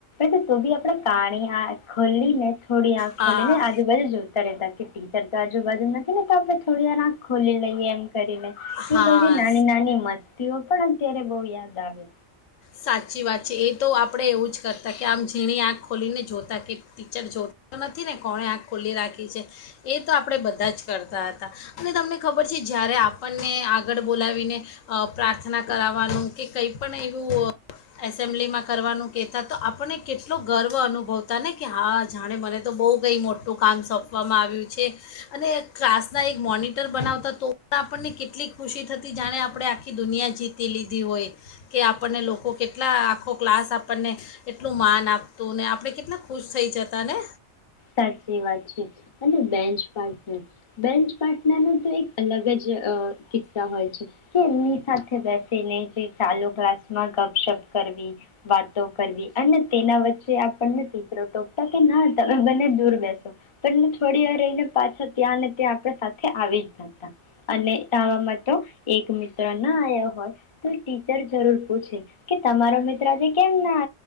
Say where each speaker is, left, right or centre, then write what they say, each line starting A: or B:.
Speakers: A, on the left (about 35°); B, on the left (about 80°).
A: કે તું બી આપણે કાણી આખ ખોલીને ખોડી આખ
B: હા
A: ખોલીને આજુ બાજુ જોતા રહેતા કે ટી તો આજુબજુ નથી ને તો આપણે થોડી વાર આંખ ખોલી લઈએ એમ કરીને
B: હા
A: એ બધી નાની નાની મસ્તીઓ પણ અત્યારે બહુ યાદ આવે.
B: સાચી વાત છે, એ તો આપણે એવું જ કરતા કે આમ ઝીણી આંખ ખોલીને જોતા કે ટીચર જોતા નથી ને કોણે આંખ ખોલી રાખી છે. એ તો આપણે બધા જ કરતા. હતા અને તમને ખબર છે જ્યારે આપણને આગળ બોલાવીને અ પ્રાર્થના કરાવવાનું કે કંઈ પણ એવું એસેમ્બલીમાં કરવાનું કહેતા તો આપણને કેટલો ગર્વ અનુભવતા ને કે હા જાણે મને તો બહુ કંઈ મોટું કામ સોંપવામાં આવ્યું છે, અને ક્લાસના એક મોનિટર બનાવતા તો આપણને કેટલીક ખુશી થતી જાણે આપણે આખી દુનિયા જીતી લીધી હોય, કે આપણને લોકો આખો કેટલા આખો ક્લાસ આપણને એટલું માન આપતું ને આપણે કેટલા ખુશ થઈ જતા ને.
A: સાચી વાત છે અને બેન્ચ પાર્ટનર, બેન્ચ પાર્ટનર ન તો એક અલગ જ કિસ્સા હોય છે. કે એમની સાથે બેસીને જે ચાલુ ક્લાસમાં ગપશપ કરવી, વાતો કરવી અને તેના વચ્ચે આપણને દીકરો ટોકતા કે ના બને દૂર બેસો પણ મે થોડી વાર રહીને પાછા ત્યાં ને ત્યાં આપણે સાથે આવી જ દતા, અને આવામાં તો એક મિત્ર ના આવ્યા હોય તો ટીચર જરૂર પૂછે કે તમારો મિત્ર આજે કેમ ના